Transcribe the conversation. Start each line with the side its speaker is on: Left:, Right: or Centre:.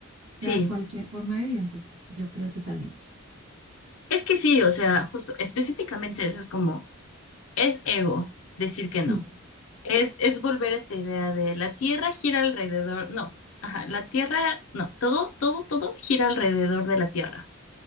Right: sea,
Left: Sí,
Right: cualquier forma de vida. Entonces, sí, yo creo totalmente.
Left: es que sí, o sea, justo específicamente eso es como, es ego decir que
Right: Sí,
Left: no. Es, es volver a esta idea de la Tierra gira alrededor, no, ajá, la Tierra, no, todo, todo, todo gira alrededor de la Tierra.